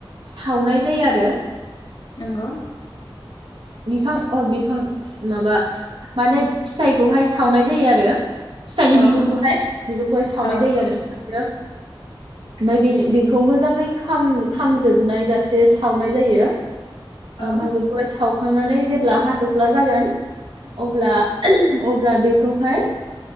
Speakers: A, on the right (about 75°); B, on the left (about 60°).
A: सावनाय जायो आरो ।
B: नंगौ।
A: बिफां अ बिफां माबा माने फिथाइखौहाय सावनाय जायो आरो फिथाइनि
B: औ
A: बिगुरखौहाय बिगुरखौहाय सावनाय
B: औ
A: जायो आरो ओमफ्रायो ओमफ्राय बे बेखौ मोजाङै खामजोबनाय जासे सावनाय जायो
B: औ ओ
A: ओमफाय बेखौहाय साव हुखांनानै जेब्ला हाथ'फ्ला जागोन अब्ला अब्ला बेखौहाय